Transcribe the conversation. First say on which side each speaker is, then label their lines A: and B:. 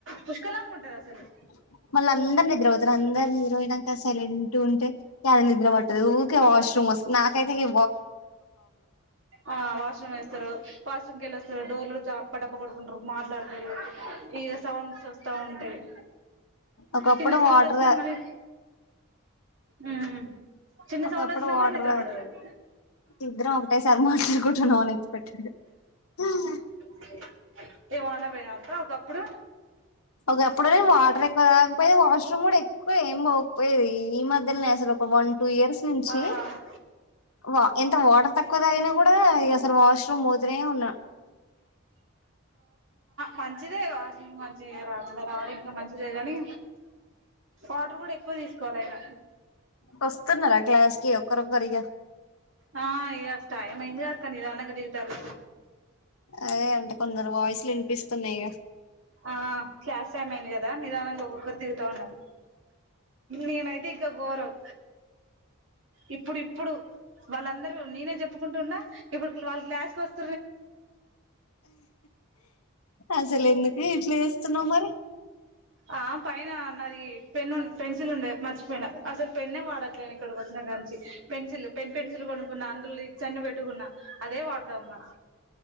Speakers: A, on the right (about 60°); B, on the left (about 80°).
A: పుష్కలంగా ఉంటది. అసలు
B: బ్లాంక్ మళ్ళ అందరు నిద్రపోతరు. అందరు నిద్ర పోయినంక సైలెంట్ ఉంటే అది నిద్ర పట్టదు ఊరకే వాష్రూమ్ మొస్ నాఖైతేగిప్
A: ఆ వాష్రూమ్ వేస్తరు. వాష్రూమ్ కెళ్ళొస్తరు డోర్లు టప్పటప్ప కొట్టుకుంటరు, మాట్లాడతరు ఇగ సౌండ్స్ వస్తా ఉంటాయి.
B: ఒకప్పుడు
A: చిన్న సౌండ్
B: వాటర్
A: వచ్చినా మరి మ్ చిన్న
B: ఒకప్పుడు
A: సౌండ్ వచ్చిన
B: వాటర్
A: కూడా నిద్ర పట్టదు అది
B: ఇద్దరం ఒకటే సారి మాట్లాడుకుంటున్నాం అన్ ఎక్స్పెక్టెడ్ గ హ్
A: బ్లాంక్ పోయినవక్క ఒకప్పుడు
B: ఒక అప్పుడు నే వాటర్ ఎక్కువ తాగక పోయే వాష్రూమ్ కూడా ఎక్కువ ఏం పోకపోయది. ఈ మధ్యలోనే అసలు ఒక వన్ టూ ఇయర్స్ నుంచి
A: ఆ
B: వా ఎంత వాటర్ తక్కువ తాగినా కూడా ఇగ అసలు వాష్రూమ్ పోతనే ఉన్నా.
A: మంచిదేగా వాసింగ్ మంచిదికే కాని రాట్లో రావడం ఇంకా మంచిదే గానీ వాటర్ కూడా ఎక్కువ తీసుకోవాలయిన
B: వస్తున్నర క్లాస్కి ఒక్కరు ఒక్కరి
A: ఆ ఇగ టైం అయ్యింది అక్క నిదానంగా దిగుతారు.
B: అదే అంటే కొందరు వాయిస్లు వినిపిస్తున్నాయ్ ఇగ
A: ఆ క్లాస్ టైం అయ్యింది కదా నిదానంగా ఒక్కరు దిగు అన్నది నేనైతే ఇంక గోరం ఇప్పుడు ఇప్పుడు వాళ్ళందరూ నేనే చెప్పుకుంటున్నా ఇప్పుడు వాళ్లు క్లాస్ కొస్
B: అసలు ఎందుకు చేస్తున్నావ్ మరి
A: ఆ పైన నాది పెన్ను పెన్సిల్ ఉండే మర్చిపోయినా. అసలు పెన్నే వాడట్లేను ఇక్కడికి వచ్చిన గానుంచి పెన్సిల్ పెన్ పెన్సిల్ కొనుకున్న అందులో లీడ్స్ అన్ని పెట్టుకున్న అదే వాడత ఉన్న